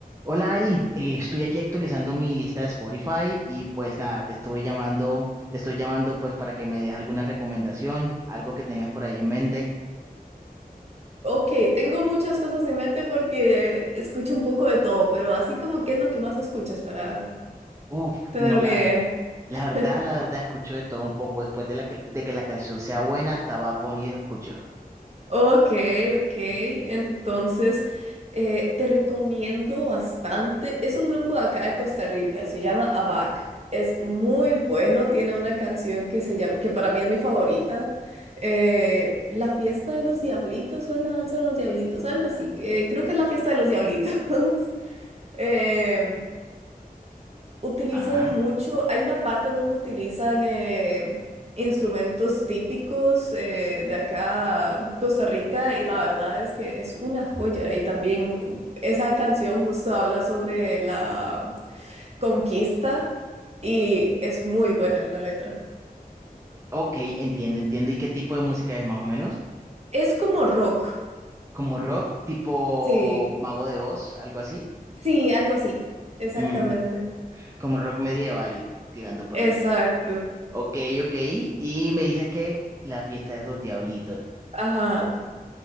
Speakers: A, on the right; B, on the right.
A: Hola Ari, eh, estoy aquí actualizando mi lista de Spotify y pues nada, te estoy llamando, te estoy llamando pues para que me des alguna recomendación, algo que tengas por ahí en mente.
B: Ok, tengo muchas cosas en mente porque escucho un poco de todo, pero así como qué es lo que más escuchas para
A: Uf,
B: tener
A: no
B: una
A: la,
B: idea. <laughs>
A: la verdad, la verdad escucho de todo un poco después de la que, de que la canción sea buena, hasta Bad Bunny lo escucho.
B: Ok, ok, entonces eh, te recomiendo bastante. Es un grupo de acá de Costa Rica, se llama ABAC. Es muy bueno, tiene una canción que se llama, que para mí es mi favorita, eh, La fiesta de los diablitos o es la danza de los diablitos, algo así. eh, creo que es la fiesta de los diablitos. <laughs> Em, Utilizan
A: Ajá.
B: mucho, hay una parte en donde utilizan eh, instrumentos típicos eh, de acá, Costa Rica, y la verdad es que es una joya. Y también esa canción justo habla sobre la conquista y es muy buena la letra.
A: Ok, entiendo, entiendo. ¿Y qué tipo de música es más o menos?
B: Es como rock,
A: ¿Como rock, tipo
B: sí,
A: Mago de Oz, algo así?
B: sí, algo así, exactamente.
A: Mm, como rock medieval, tirando por
B: Exacto,
A: ahí. Ok, ok. Y me dices que La fiesta de los diablitos.
B: ajá,